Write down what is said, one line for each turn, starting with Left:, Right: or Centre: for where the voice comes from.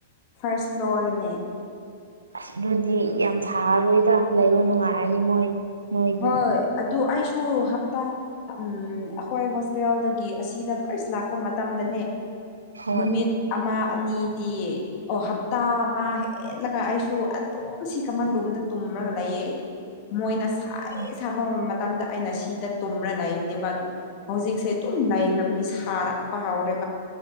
Left: ꯐꯥꯔꯁ ꯐ꯭ꯂꯣꯔꯅꯦ
Right: ꯑꯁ ꯑꯗꯨꯗꯤ ꯌꯥꯝ ꯁꯥꯔꯔꯣꯏꯗ ꯂꯩꯕ ꯅꯨꯡꯉꯥꯏꯔꯅꯤ ꯃꯣꯏ ꯃꯣꯏꯒꯤ
Left: ꯍꯣꯏ ꯑꯗꯨ ꯑꯗꯨ ꯑꯩꯁꯨ ꯍꯞꯇꯥ ꯑꯩꯈꯣꯏ ꯍꯣꯁꯇꯦꯜꯗꯒꯤ ꯑꯁꯤꯗ ꯐꯔꯁ ꯂꯥꯛꯄ ꯃꯇꯝꯗ
Right: ꯍꯣꯏ
Left: ꯅꯨꯃꯤꯠ ꯑꯃ ꯑꯅꯤꯗꯤ ꯑꯣ ꯍꯞꯇꯥ ꯑꯃ ꯍꯦꯜꯂꯒ ꯑꯩꯁꯨ ꯑꯗꯨꯝ ꯁꯤ ꯀꯃꯟ ꯔꯨꯝꯝꯗ ꯇꯨꯝ ꯒ ꯂꯩꯌꯦꯦ ꯃꯣꯏꯅ ꯁꯥꯏ
Right: ꯑ
Left: ꯁꯥꯐꯝ ꯃꯇꯝꯗ ꯑꯩꯅ ꯁꯤꯗ ꯇꯨꯝꯔ ꯂꯩꯕꯅꯦꯕ ꯑꯗꯨ ꯍꯧꯖꯤꯛꯁꯦ ꯇꯨꯝ ꯂꯩꯈ꯭ꯔꯕꯒꯤ ꯁꯥꯔꯛꯄ ꯍꯧꯥꯎꯔꯦ